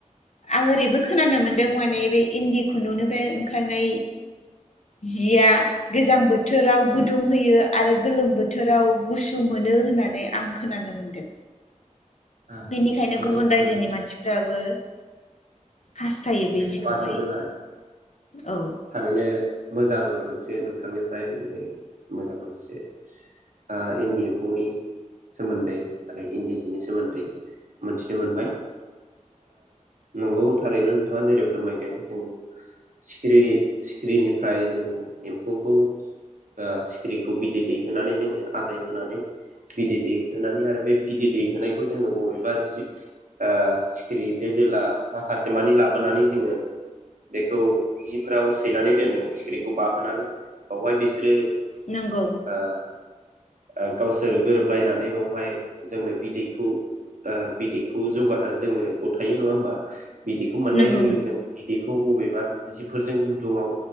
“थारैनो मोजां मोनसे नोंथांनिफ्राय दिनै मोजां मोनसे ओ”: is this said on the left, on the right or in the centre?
Right